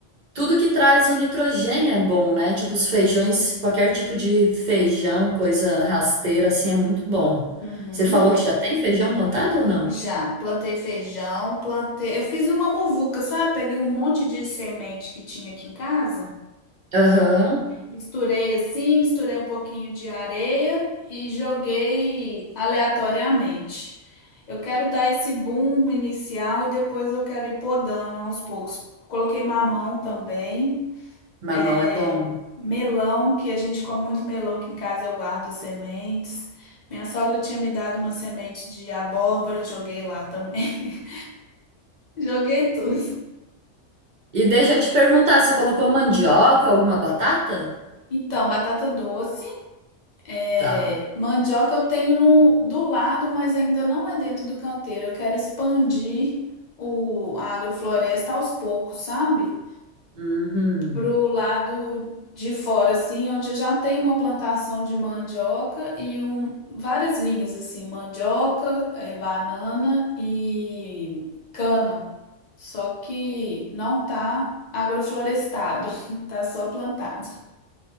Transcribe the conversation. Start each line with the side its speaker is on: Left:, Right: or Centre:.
Right: tudo que traz o nitrogênio é bom, né? Tipo, os feijões, qualquer tipo de feijão, coisa rasteira, assim, é muito bom.
Left: uhum.
Right: Você falou que já tem feijão plantado ou não?
Left: Já, plantei feijão, plantei. Eu fiz uma muvuca, sabe? Peguei um monte de semente que tinha aqui em casa,
Right: Aham.
Left: misturei assim, misturei um pouquinho de areia e joguei aleatoriamente. Eu quero dar esse boom inicial e depois eu quero ir podando aos poucos. Coloquei mamão também,
Right: Mamão
Left: é,
Right: é bom.
Left: melão, que a gente come muito melão aqui em casa, eu guardo as sementes. Minha sogra tinha me dado uma semente de abóbora, joguei lá também. <laughs> Joguei tudo.
Right: E deixa eu te perguntar, você colocou mandioca, alguma batata?
Left: Então, batata doce, é,
Right: Tá.
Left: mandioca eu tenho no, do lado, mas ainda não é dentro do canteiro. Eu quero expandir o, a agrofloresta aos poucos, sabe?
Right: Uhum.
Left: Pro lado de fora, assim, onde eu já tem uma plantação de mandioca e um, várias linhas, assim, mandioca, é, banana e cana. Só que não tá agroflorestado, <laughs> tá só plantado.